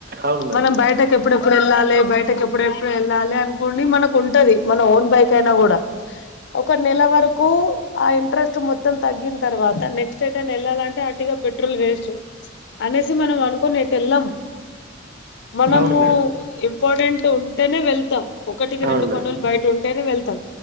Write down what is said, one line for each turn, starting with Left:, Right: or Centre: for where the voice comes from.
Right: అవును మేడం
Left: మనం బయటక ఎప్పుడెప్పుడు వెళ్ళాలి బయటకి ఎప్పుడెప్పుడు వెళ్ళాలి అనుకుని మనకు ఉంటది మన ఓన్ బైక్ అయినా కూడా ఒక నెల వరకు ఆ ఇంట్రెస్ట్ మొత్తం తగ్గిన తర్వాత నెక్స్ట్ టని వెళ్ళాలంటే అటుగా పెట్రోల్ వేస్ట్ అనేసి మనం అనుకుని అటు వెళ్ళము మనము
Right: అవును మేడం
Left: ఇంపార్టెంట్ ఉంటేనే వెళ్తాం ఒకటికి
Right: అవును
Left: రెండు
Right: మేడం
Left: పనులు బయట ఉంటేనే వెళ్తాం